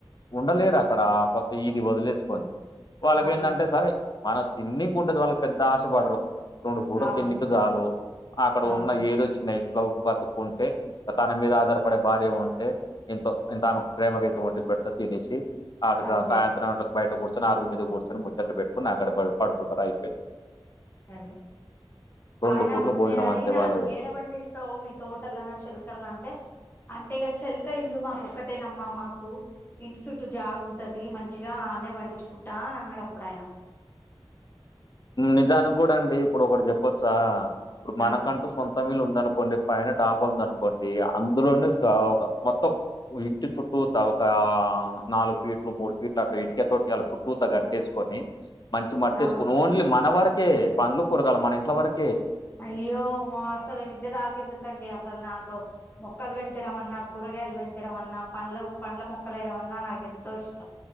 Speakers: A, on the left; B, on the left.
A: ఉండలేరు అక్కడ కొత్త ఇది వదిలేసుకొని వాళ్ళకి
B: అవును
A: ఏంటంటే సరే మనం తిన్ని కుంటది వాళ్ళ పెద్ద ఆశపడరు రెండు పూటలు
B: అవును
A: తిండికి చాలు అక్కడ
B: అవును
A: ఉన్న ఏదోచ్చినాయ్. లవ్ బతుకుంటే తన మీద ఆధారపడే భార్య ఉంటే ఎంతో ఎంతామే ప్రేమగైతే వొండుత్ అంత తినేసి అటుగా
B: అంతే
A: సాయంత్రం అట్ల బయట కూర్చొని ఆరుగు మీద కూర్చొని ముచ్చట్లు పెట్టుప కొని అక్కడ పడుకుంటారు అయిపోయింది.
B: అదే
A: రెండు
B: ఆయన
A: పూటలు
B: అప్పుడు
A: భోజనం
B: నేనడిగిన
A: అంతే వాళ్ళు
B: నువ్వు ఏడ పండిస్తావు మీ తోటలోనా శల్కల్ అంటే అంటే ఇక శల్కా ఇల్లు మాకు ఒక్కటేనమ్మా మాకు ఇంటి చుట్టూ జాగు ఉంటది. మంచిగా ఆన్నే పండించుకుట్టా అనన్నడు అప్పుడాయన
A: నిజాను కూడా అండి ఇప్పుడు ఒక్కటి చెప్పొచ్చా ఇప్పుడు మనకంటూ
B: ఆ
A: సొంతం ఇల్లు ఉందను పైన డాబ ఉంది అనుకోండి అందులోనే మొత్తం ఇంటి చుట్టూ ఒక ఆ నాలుగు ఫీట్లు మూడు ఫీట్లు అట్లా ఇటుకెతోటి అలా చుట్టూతో కట్టేసుకొని మంచి మట్టి
B: అవును
A: వేసుకొని ఓన్లీ మన వరకే పనలు కురగాల మన ఇంట్ల వరకు
B: అయ్యో అసలు విద్య దాక ఎందుకండి అసలు నాకు మొక్కలు పెంచడం అన్నా కూరగాయలు పెంచడం అన్నా పండ్ల పండ్ల మొక్కలు వయడం అన్నా నాకెంతో ఇష్టం